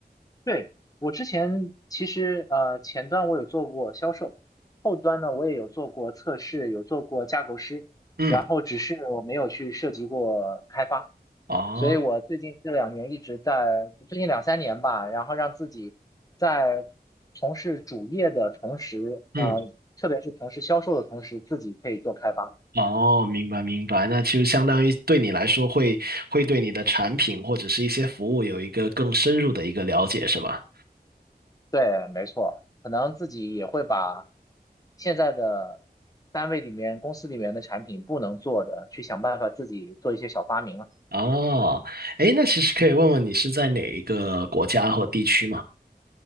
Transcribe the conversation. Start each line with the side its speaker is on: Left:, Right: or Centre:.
Left: 对，我之前其实呃前端我有做过销售，后端呢我也有做过测试，有做过架构师，
Right: 嗯，
Left: 然后只是我没有去涉及过开发，
Right: 哦，
Left: 所以我最近这两年一直在，最近两三年吧，然后让自己在从事主业的同时，
Right: 嗯，
Left: 呃，特别是从事销售的同时，自己可以做开发。
Right: 哦，明白明白，那就相当于对你来说会会对你的产品或者是一些服务有一个更深入的一个了解，是吧？
Left: 对，没错，可能自己也会把现在的单位里面、公司里面的产品不能做的，去想办法自己做一些小发明了。
Right: 哦，诶，那其实可以问问你是在哪一个国家或地区吗？